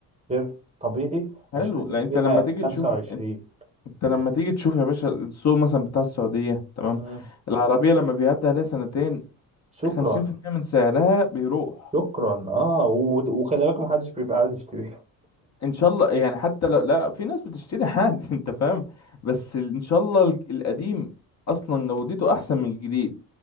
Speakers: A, on the right (about 15°); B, on the left (about 40°).
A: غير طبيعي
B: حلو
A: عشان اجيب
B: لا انت
A: فيها
B: لما تيجي
A: 25
B: تشوف انت انت لما تيجي تشوف يا باشا السوق مثلا بتاع السعودية تمام
A: مم.
B: العربية لما بيعدي عليها سنتين
A: شكرا
B: خمسين في المية من سعرها بيروح
A: شكرا اه و- وخلي بالك محدش بيبقى عايز يشتري
B: ان شاء الله يعني حتى لو لا في ناس بتشتري عادي <laughs> انت فاهم بس ال- ان شاء الله الج- القديم اصلا جودته احسن من الجديد